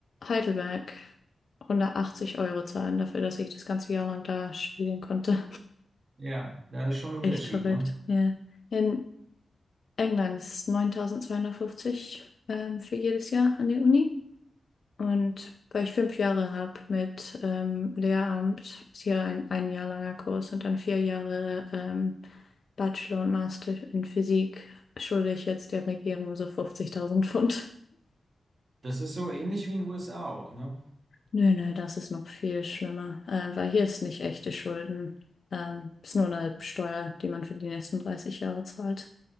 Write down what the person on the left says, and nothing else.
Heidelberg 180 Euro zahlen dafür, dass ich das ganze Jahr lang da studieren konnte.
<laughs>
Echt verrückt.
Ja. In England ist 9250 ähm, für jedes Jahr an der Uni. Und weil ich fünf Jahre habe mit ähm, Lehramt, ist hier ein, ein Jahr langer Kurs und dann vier Jahre ähm, Bachelor und Master in Physik, schulde ich jetzt der Regierung so 50.000 Pfund.
Nö, nö, das ist noch viel schlimmer, äh, weil hier ist nicht echte Schulden. Ähm, ist nur eine Steuer, die man für die nächsten 30 Jahre zahlt.